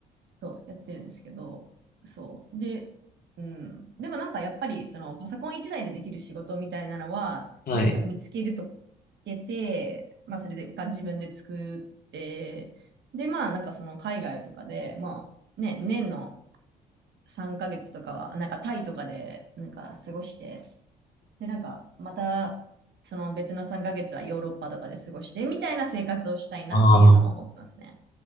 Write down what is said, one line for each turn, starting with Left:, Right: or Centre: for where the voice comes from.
Right: そう、やってるんですけど、そう。で、うん。でもなんかやっぱり、そのパソコン一台でできる仕事みたいなのは、
Left: ー、はい。
Right: 何か見つけると、つけて、まあそれでが自分で作って、で、まあなんかその海外とかで、まあね、年の3ヶ月とかは、なんかタイとかで、なんか過ごして、で、なんかまた、その別の3ヶ月はヨーロッパとかで過ごして、みたいな生活をしたいなっていうのは思ってますね。
Left: ああ、め